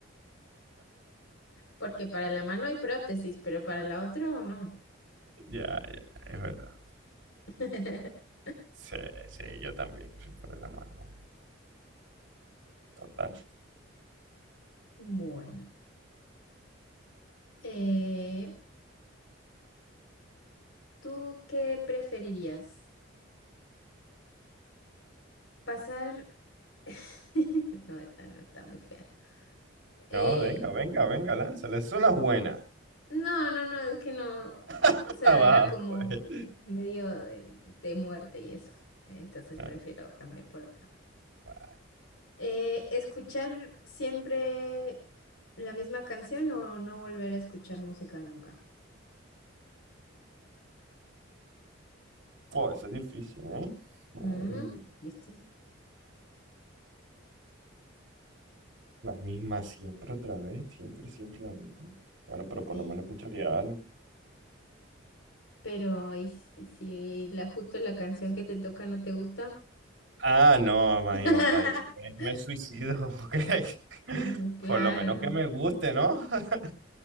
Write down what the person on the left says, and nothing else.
Porque para la mano hay prótesis, pero para la otra no.
<laughs>
Bueno, eh, ¿tú qué preferirías? Pasar... <laughs> No, esa no está muy fea.
Eh,
no, no, no, es que no.
O sea,
era como
medio de, de muerte y eso. Entonces
prefiero cambiar por otra.
Eh, ¿escuchar siempre la misma canción o no volver a escuchar música nunca?
Mm,
¿viste?
Sí.
Pero, ¿y si, si la justo la canción que te toca no te gusta?
<laughs>
Ujú, Claro,